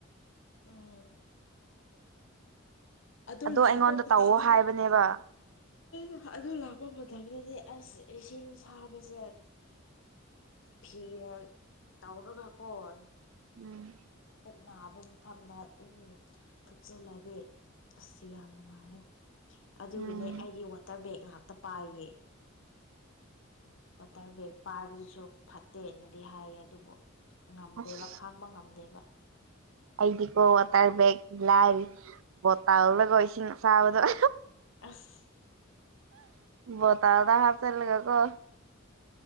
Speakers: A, on the left; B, on the right.
A: ꯎꯝ ꯑꯗꯣ ꯂꯥꯛꯄ
B: ꯑꯩꯉꯣꯟꯗ
A: ꯃꯇꯝꯗꯗꯤ
B: ꯇꯧꯋꯣ ꯍꯥꯏꯕꯅꯦꯕ
A: ꯎ ꯑꯗꯨ ꯂꯥꯛꯄ ꯃꯇꯝꯗꯗꯤ ꯑꯁ ꯏꯁꯤꯡ ꯁꯥꯕꯁꯦ ꯐꯤꯅ ꯇꯧꯔꯒ ꯀꯣꯟ
B: ꯎꯝ
A: ꯄꯨꯛ ꯅꯥꯕ ꯃꯐꯝꯗ ꯎꯝ ꯊꯨꯞꯆꯤꯜꯂꯗꯤ ꯑꯁ ꯌꯥꯝ ꯅꯨꯡꯉꯥꯏꯌꯦ ꯑꯗꯨꯒꯤꯅꯦ
B: ꯎꯝ
A: ꯑꯩꯗꯤ ꯋꯥꯇꯔ ꯕꯦꯒ ꯉꯥꯛꯇ ꯄꯥꯏꯌꯦ ꯋꯥꯇꯔ ꯕꯦꯒ ꯄꯥꯏꯕꯗꯨꯁꯨ ꯐꯠꯇꯦꯅꯗꯤ ꯍꯥꯏꯌꯦ ꯑꯗꯨꯕꯨ ꯉꯝꯗꯦꯕ
B: ꯑꯁ
A: ꯈꯥꯡꯕ ꯉꯝꯗꯦꯕ
B: ꯑꯩꯗꯤꯀꯣ ꯋꯥꯇꯔ ꯕꯦꯒ ꯂꯥꯏꯔꯤ ꯕꯣꯇꯥꯜꯒꯀꯣ ꯏꯁꯤꯡ ꯑꯁꯥꯕꯗꯣ
A: ꯑꯁ
B: ꯕꯣꯇꯥꯜꯗ ꯍꯥꯞ ꯆꯜꯂꯒ ꯀꯣ